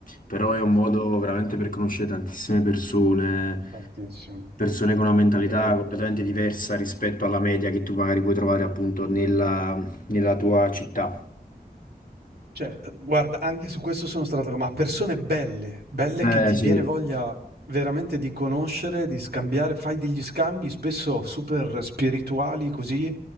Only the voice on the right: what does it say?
sì,
tantissimo,
è vero.
Cioè, eh, guarda, anche su questo sono stato, ma persone belle, belle
che ti
viene voglia veramente di conoscere, di scambiare, fai degli scambi spesso super spirituali così,